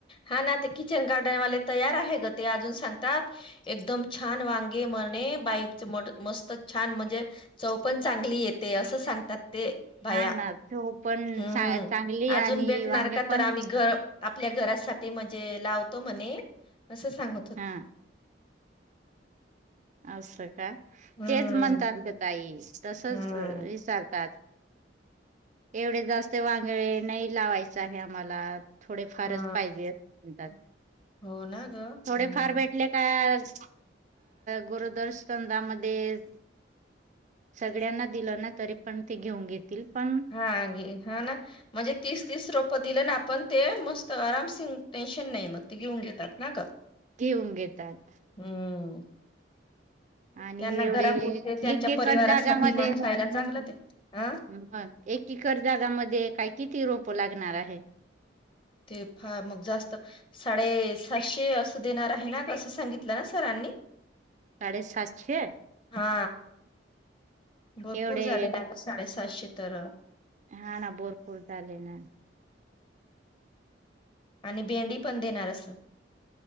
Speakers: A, on the left (about 30°); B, on the right (about 40°).
A: हा ना ते किचन गार्डन वाले तयार आहे गं ते अजून सांगतात, एकदम छान वांगे म्हरणे बाईच मस्तच छान म्हणजे, चव पण चांगली येते असं सांगतात. ते भाया
B: हा ना तो पण
A: हम्
B: चांगली
A: अजून
B: आणि
A: भेटणार
B: वांगे
A: का
B: पण
A: तर आम्ही, तर आपल्या घरासाठी म्हणजे लावतो म्हणे असं सांग
B: हा असं का.
A: हम्म
B: तेच म्हणतात गं, ताई तसच
A: हम्म
B: विसारतात. एवढे जास्त वांगळे नाही लावायंच आहे आम्हाला. थोडे फारच
A: हा
B: पाहिजे असं म्हणतात.
A: हो ना ग.
B: थोडे
A: हम्म
B: फार भेटले‍, काय आज गरोदरसंधामध्ये, सगळ्यांना दिलं ना तरी पण ते घेऊन घेतील. पण
A: हा गे हा ना म्हणजे तीस तीस रोप पतीलं ना आपण ते मस्त आराम सि टेन्शन नाही मग ते घेऊन घेतात ना गप्प.
B: ठेऊन घेतात.
A: हम्म
B: आणि
A: त्यांना
B: एवढे
A: घरापुरते त्यांच्या
B: एक एकर
A: परिवारासाठी
B: जागामध्ये
A: मग
B: <inaudible>
A: खायला चांगलं ते. अ
B: एक एक्कर जागामध्ये काय किती रोप लागणार आहे?
A: ते फार मग जास्त, साडे साहशे असं देणार आहे नां गं असं सांगितलं ना सरांनी?
B: साडेसातशे
A: हा भरपूर
B: एवढे
A: झाले आ साडेसाहशे तर.
B: हा ना भोरपूरते‌ आले ना.
A: आणि भेंडी पण देणार असं,